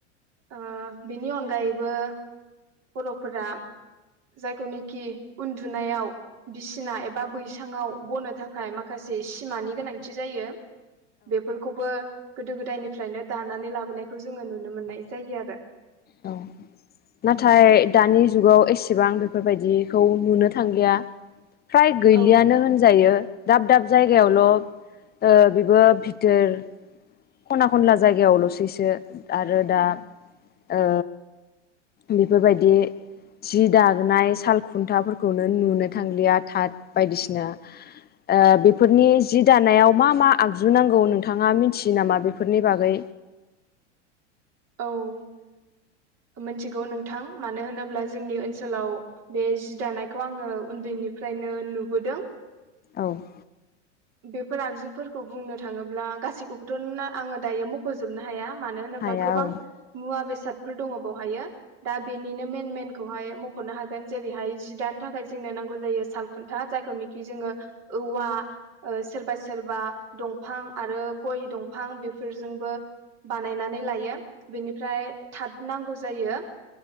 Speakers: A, on the right; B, on the left.
A: ओ बिनि अनगायैबो बर'फोरा जायखौनिखि उन्दुनायाव बिसिना एबा बैसाङाव बनो थाखाय माखा से सिमानि गोनांथि जायो बेफोरखौबो गोदो गोदायनिफ्रायनो दानानै लाबोनायखौ जोङो नुनो मोननाय जायो आरो ।
B: औ नाथाय दानि जुगाव एसेबां बेफोरबायदिखौ नुनो थांलिया । फ्राय गैलियानो
A: औ
B: होनजायो । दाब दाब जायगायावल' ओ बेबो भितोर खना खनला जायगायावल'सैसो आरो दा ओ बेफोरबायदि जि दागानाय साल खुन्थाफोरखौनो नुनो थांलिया थाथ बायदिसिना ओ बेफोरनि जि दानायाव मा मा आगजु नांगौ नोंथाङा मिथि यो नामा बेफोरनि बागै?
A: औ । मिथिगौ नोंथां मानो होनोब्ला जोंनि ओनसोलाव बे जि दानायखौ आङो उ न्दैनिफ्रायनो नुबोदों ।
B: औ ।
A: बेफोर आगजुफोरखौ बुंनो थाङोब्ला गासैखौबोथ' नो आङो दायो मख'जोबनो हाया । मानो होनोब्ला
B: हाया
A: गोबां
B: औ
A: मुवा बेसाद <inaudible> फोर दं बावहायो दा बेनिनो मेन मेनखौहाय मख'नो हागोन जेरैहाय जि दानो थाखाय जोंनो नांगौ जायो साल खुन्था जायखौ निखि जोङो औवा ओ सोरबा सोरबा दंफां आरो गय दंफां दंफां बेफोर जोंबो बानायनानै लायो बेनिफ्राय थाद नांगौ जायो